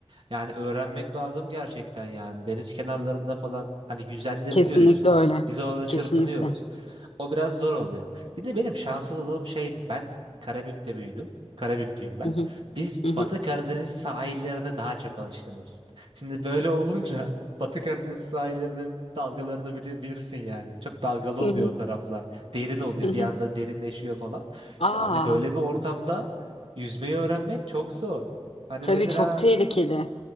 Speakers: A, on the right; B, on the left.
A: yani öğrenmek lazım gerçekten yani. Deniz kenarlarında falan hani yüzenleri
B: kesinlikle
A: görüyorsunuz.
B: öyle.
A: Biz orada çırpınıyoruz.
B: Kesinlikle.
A: O biraz zor oluyor. Bir de benim şanssızlığım şeydi. Ben Karabük'te büyüdüm. Karabüklüyüm ben.
B: Hı hı,
A: Biz
B: hı hı,
A: Batı Karadeniz sahillerine daha çok alışkınız. Şimdi böyle olunca Batı Karadeniz sahillerinin dalgalarını bili- bilirsin yani. Çok dalgalı oluyor
B: hı hı,
A: o taraflar. Derin oluyor.
B: hı hı.
A: Bir anda derinleşiyor falan.
B: Aa,
A: Yani böyle bir ortamda yüzmeyi öğrenmek çok zor. Hani
B: tabii
A: mesela
B: çok tehlikeli.